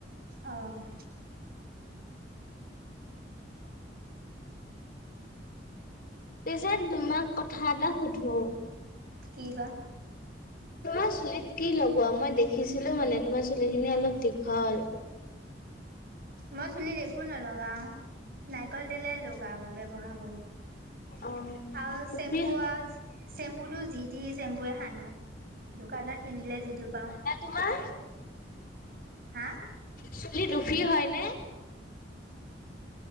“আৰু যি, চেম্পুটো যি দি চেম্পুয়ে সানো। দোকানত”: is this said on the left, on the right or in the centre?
Right